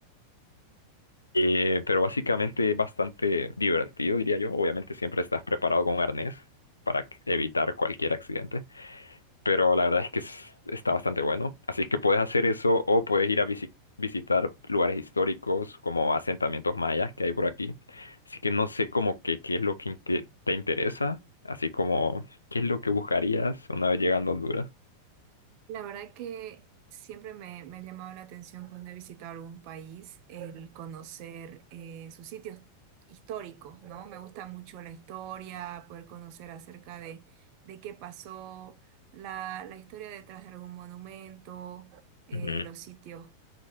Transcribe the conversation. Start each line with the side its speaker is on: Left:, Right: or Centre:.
Left: eh, pero básicamente es bastante divertido, diría yo. Obviamente siempre estás preparado con un arnés para evitar cualquier accidente. pero la verdad es que es- está bastante bueno. Así que puedes hacer eso o puedes ir a visi- visitar lugares históricos como asentamientos mayas que hay por aquí. Así que no sé como que qué es lo que inte- te interesa, así como qué es lo que buscarías una vez llegando a Honduras.
Right: La verdad que siempre me, me ha llamado la atención cuando he visitado algún país el conocer eh, sus sitios históricos, ¿no? Me gusta mucho la historia, poder conocer acerca de, de qué pasó, la, la historia detrás de algún monumento, eh,
Left: Ujú.
Right: los sitios,